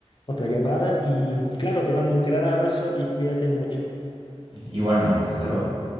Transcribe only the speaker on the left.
otra llamada y claro, te mando un gran abrazo y cuídate mucho.